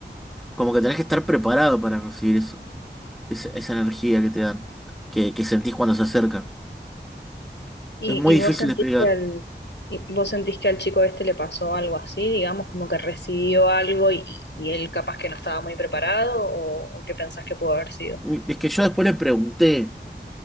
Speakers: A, in the centre; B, on the left (about 75°).
A: Como que tenés que estar preparado para recibir eso. Esa, esa energía que te dan, que, que sentís cuando se acercan.
B: ¿Y,
A: Es muy
B: y
A: difícil
B: vos sentís
A: de explicar.
B: que al, y vos sentís que al chico este le pasó algo así, digamos, como que recibió algo y, y él capaz que no estaba muy preparado o, o qué pensás que pudo haber sido?
A: Y Es que yo después le pregunté